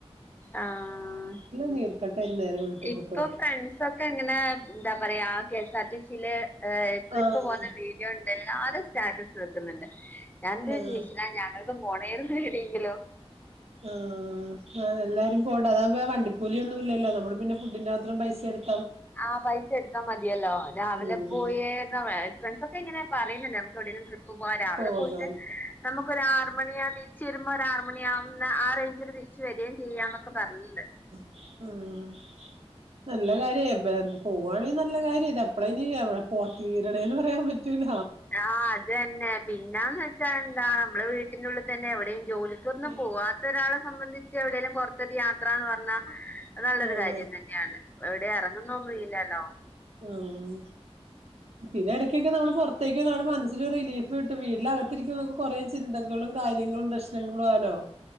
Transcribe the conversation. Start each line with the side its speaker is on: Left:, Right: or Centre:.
Left: ആഹ്
Right: നീർക്കെട്ടാ ഇന്നേരം വെളുത്തപ്പത്തോട്ട്
Left: ഇപ്പൊ കൺ ഒക്കെങ്ങനെ എന്താ പറയാ K S R T seal ഏ ട്രിപ്പ്
Right: ആഹ്
Left: പോന്ന വീഡ് ണ്ട് എല്ലാരും സ്റ്റാറ്റസ് വെക്ക്ന്നുണ്ട് ഞാന്റെ <unintelligible>
Right: ആഹ്
Left: ന്നു പോണേര്ന്നു ഏടേങ്കിലൊ
Right: ആ എല്ലാരും പോണ്ട അതവുമ്പേ വണ്ടിക്കൂലി ഒന്നും ഇല്ലല്ലോ നമ്മള് പിന്നെ ഫുഡിന്റെ മാത്രം പൈസ എടുത്ത്
Left: ആഹ പൈസ എടുത്താ മതിയല്ലോ രാവിലെ
Right: ഉം
Left: പോയാ തെ ഫ്രണ്ട്സ ഒക്കെ ഇങ്ങനെ പറയുന്നുണ്ട് നമുക്ക് എവിടെെങ്കുംട്രിപ്പ് പോവാൻ രാവിലെ
Right: പോകാൻ
Left: പോയിട്ട് നമുക്കൊ ഒരു ആർ മണി അ ത്തിരിച്ച് വരുമ്പ ഒരാആരു മണിയ ആവുന്ന ആ റെയ്ച്ചിൽ ച്ചു വരിയേ ചെയ്യാന്നൊക്കെ പറഞ്ഞണ്ട്
Right: ആഹ
Left: <inaudible>
Right: നല്ല കാര്യ പോവുവാണെങ്കിൽ നല്ല കാര്യം എപ്പള ഇനി പോ കീരണേന്ന് പറയാൻ പറ്റൂല
Left: ആഹ് അത് തന്നെ പിന്നാന്ന് വെച്ചാ എന്താ നമ്മെ വീട്ടിന്റെ ഉള്ളിൽ തന്നെ എവിടെയും ജോലി ഇന്നും
Right: ഇരി
Left: പോവാത്ത ഒരാളെ സംബന്ധിച്ച് എവിടെലും പുറത്തൊരു യാത്ര എന്ന് പറഞ്ഞാൽ അഹ് നല്ലൊരു
Right: ആഹ്
Left: കാര്യം തന്നെയാണ് എവിടെ ഇറങ്ങുന്നൊന്നും ഇല്ലല്ലോ
Right: ആഹ
Left: <inaudible>
Right: പിന്നെ ഇടയ്ക്കൊക്കെ നമ്മള് പുറത്തേക്ക് നമ്മടെ മനസ്സിൽരു റീഫ് കിട്ടും വീട്ടിനകത്തിരിക്കുന്നക്കെ കുറേ ചിന്തകളും കാര്യങ്ങളും <unintelligible>